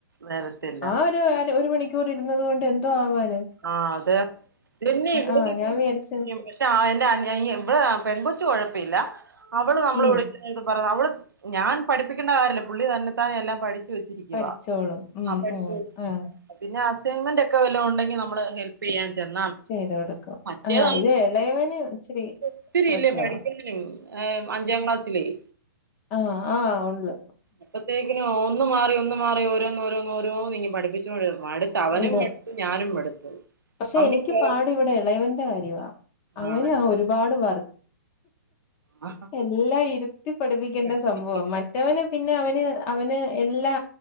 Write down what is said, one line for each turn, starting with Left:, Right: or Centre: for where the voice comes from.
Right: നെരത്തെ
Left: ആ ഒരു അര ഒരു മണി ക്കൂർ ഇരുന്നത് കൊണ്ട് എന്തോ ആവാൻ
Right: ആഹ് അതെന്നെ <unintelligible>
Left: ആഹ് ഞാൻ വിചാരിച്ച്
Right: ആ എന്റെ ഇവിടെ പെൺകൊച്ച് കൊഴപ്പ ഇല്ല അവള് നമ്മള്
Left: ഉം
Right: വിളിക്കുന്ന പറ അവള് ഞാൻ പഠിപ്പിക്കേണ്ട കാര്യല്ല പുള്ളി തന്നെത്താനെ എല്ലാം പഠി വിളിച്ചിരിക്കുവാ
Left: പഠിച്ചോളും ഉം
Right: അപ്പ
Left: ഉം ആ
Right: പിന്നെ ഹസ് അസ്സൈമെന്റൊക്കെ വല്ലോ ഉണ്ടെങ്കി നമ്മ നമ്മള് ഹെൽ പ്യൻ ചെന്നാ മതി
Left: ചെയ്ത് കൊടുക്കും
Right: മറ്റേതങ്ങ്
Left: ആഹ് ഇത് ഇളയവന് ഇച്ചിരി
Right: ഒത്തിരി
Left: പ്രശ്നവാ
Right: ഇല്ലേ പഠിക്കാനും അഞ്ചാം ക്ലാസ്സിലെയ്
Left: ആഹ് ആഹ് ഒണ്ട്
Right: അപ്പത്തേക്ക് ഒന്ന് മാറി ഒന്ന് മാറി ഓരോന്നോരോന്നോരോ നിങ്ങ് പഠിപ്പിച്ചുകൊണ്ട മടുത്ത് അവനും
Left: ഇടും
Right: മടുത്തു ഞാനും മടുത്തു
Left: പക്ഷെ
Right: അമ്മയ്ക്ക്
Left: എനിക്ക് പാട് ഇവിടെ ഇളയവന്റെ കാര്യവാ അവന്
Right: ആണല്ലേ
Left: ആ ഒരുപാട് പറ
Right: ആ
Left: എല്ലാം ഇരുത്തി പഠിപ്പിക്കേണ്ട
Right: പഠിപ്പിക്കണ്ട്
Left: സംഭവ മറ്റവന് പിന്നെ അവന് അവന് എല്ലാ